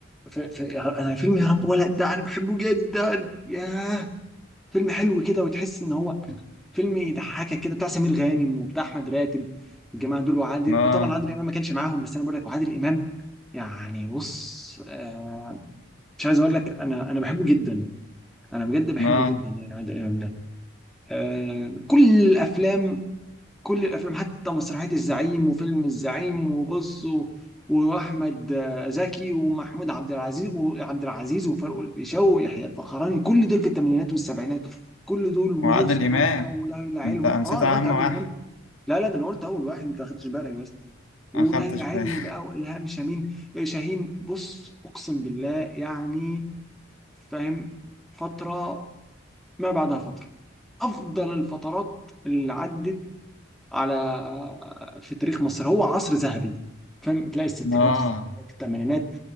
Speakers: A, in the centre; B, on the left (about 85°).
A: في في يا- انا فيلم يا رب ولد ده انا بحبه جدا ياه فيلم حلو كده وتحس ان هو فيلم يضحكك كده بتاع سمير غانم وبتاع احمد راتب الجماعه دول وعادل
B: اه
A: طبعا عادل امام ما كانش معاهم بس انا بقول لك وعادل امام يعني بص آه مش عايز اقول لك انا انا بحبه جدا انا بجد بحبه
B: اه
A: جدا يعني عادل امام ده آه كل الافلام كل الافلام حتى مسرحيه الزعيم وفيلم الزعيم وبص و- واحمد آه، زكي ومحمود عبد العزيز وعبد العزيز وفاروق الفيشاوي ويحيى الفخراني كل دول في الثمانينات والسبعينات كل دول ويسرا
B: وعادل إمام
A: بقى وليلى علوي
B: انت نسيت
A: اه انا
B: اهم
A: قلت عادل
B: واحد
A: امام لا لا ده انا قلت اول واحد انت ما خدتش بالك بس وليلى
B: ما خدتش
A: علوي
B: بالي
A: بقى والهام شاهين آه، شاهين بص اقسم بالله يعني فاهم فتره ما بعدها فتره افضل الفترات اللي عدت على في تاريخ مصر هو عصر ذهبي فاهم تلاقي الستينات
B: اه
A: السبعينات الثمانينات